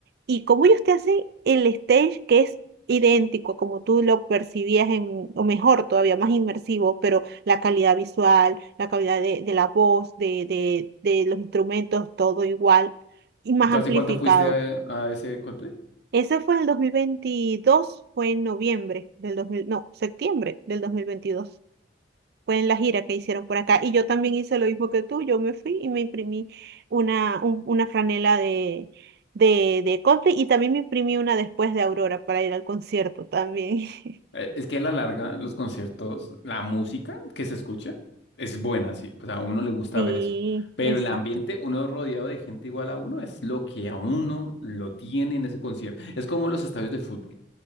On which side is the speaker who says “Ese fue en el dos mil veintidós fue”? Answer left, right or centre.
Right